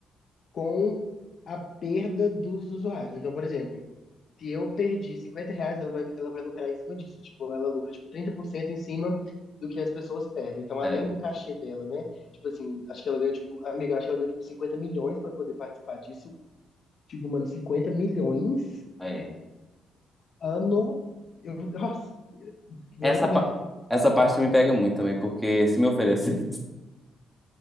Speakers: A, on the left (about 55°); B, in the centre.
A: com a perda dos usuários. Então, por exemplo, se eu perdi 50 reais, ela vai, ela vai lucrar em cima disso. Tipo, ela lucra, tipo, 30% em cima do que as pessoas pedem. Então, além
B: É,
A: do cachê dela, né? Tipo assim, acho que ela ganha, tipo, amiga, acho que ela ganha, tipo, cinquenta milhões para poder participar disso. Tipo, mano, 50 milhões
B: é.
A: ano. Eu, nossa, vou
B: Essa,
A: nem comentar.
B: pa- essa parte me pega muito também, porque se me oferecesse